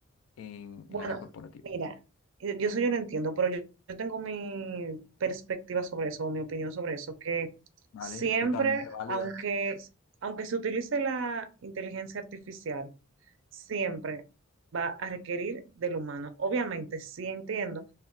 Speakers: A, on the left; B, on the right.
A: en
B: Bueno,
A: el área corporativa.
B: mira, yo, yo eso yo lo entiendo, pero yo, yo tengo mi perspectiva sobre eso, o mi opinión sobre eso, que
A: ¿Vale?
B: siempre,
A: Totalmente válida.
B: aunque, aunque se utilice la inteligencia artificial, siempre va a requerir del humano. Obviamente, sí entiendo